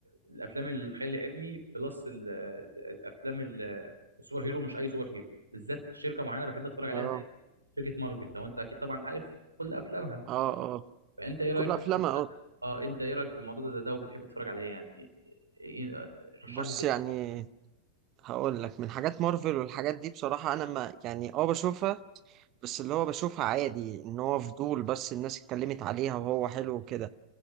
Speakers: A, on the right; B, on the right.
A: الافلام الخيال العلمي بلس ال- ال- الافلام ال- السوبر هيرو مش اي سوبر هيرو بالذات شركه معينه بحب اتفرج عليها
B: اه
A: دايما شركه مارفل لو انت اكيد طبعا عارف كل افلامها
B: اه اه
A: فانت ايه رايك
B: كل
A: في
B: افلامها
A: الموضوع
B: اه
A: ده اه انت ايه رايك في الموضوع ده ده, ده وبتحب تتفرج عليه يعني إيه- إيه- إيه، رشح
B: بص
A: لي كده
B: يعني هقول لك من حاجات مارفل والحاجات دي بصراحة انا ما يعني اه بشوفها بس اللي هو بشوفها عادي ان هو فضول بس الناس اتكلمت عليها وهو حلو وكده